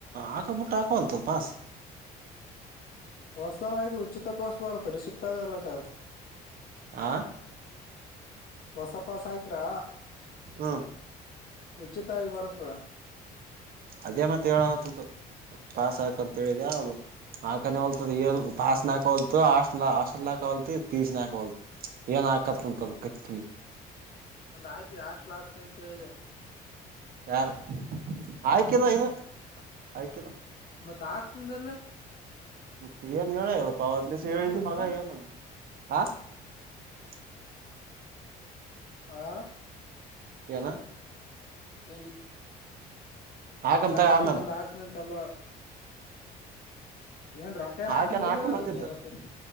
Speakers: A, on the right; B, on the left.
A: ಹಕಬಿಟ್ಟು ಹಕೋಂತದ ಪಾಸ್
B: ಹೊಸ್ಥಾ ನಾಯಕರು ಉಚಿ ತಪಾಸ ಪಾರತ ರಿಷಿಫ್ಟ ಅದೆ ಅಲ್ಲಟ ಅದು
A: ಆ
B: ಹೊಸಪ್ಪಾ ಸಾಯಕ್ರಾ
A: ಹಾ
B: ಉಚಿತವಾಗಿ ಬರ್ತದ
A: ಅದೇ ಮತ್ತೆ ಹೇಳ ಆತದು ಪಾಸ್ ಹಾಕಂತ ಹೇಳಿದ ನಾಕನೇ ಹೊಲ್ತದ ಏನ್ ಪಾಸ್ ನಾಕ ಹೊಲ್ತು ಹಸ್ ಹಸ್ಲ್ ಹಾಕ ಪೀಚಿನಕ ಏ ಆಕತ್ತ ಉಂತ ಕುಿ
B: ನಂದು ಹಾಕಿದೆ ಹಾಸ್ಟ್ಲ್ ಹಾಕ್ತನಂತ ಹೇಳಿದಾನ
A: ಯಾರು ಆಯ್ಕಿಲ್ಲ ಇದು ಆಯ್ಕಿಲ್ಲ
B: ಮತ್ತ ಆಕ್ ನಿಂದಲ್ಲ
A: ಮತ್ತೆ ಏನ್ ಹೇಳ ಹೇಳಲ್ಲ ಪಾವನ್ ದಿವಸ ಹೇಳಿದ್ದ
B: ನಮ್ಮರನಲ್ಲ
A: ಮಗ ಹೇಳಏ ಹ <unintelligible>
B: ಅ ಹಾ
A: ಏನ
B: ಕ
A: ಹಾಕಂತ
B: ಇಲ್ಲ ಹಾಕ
A: ಆಮೇಲೆ
B: ನಂದ ಹಾಕ್ನಂತೆಲ್ಲ ಏನ್ ರೊಕ್ಕ
A: ಹಾಕೇನ
B: ನ್ ಹಾಕಂಗಿಲ್ಲಲ್ಲ
A: ಹಾಕಂಬಂದಿದ್ದ
B: ಅದಕ್ಕೆ ಹೇಗಪ್ಪ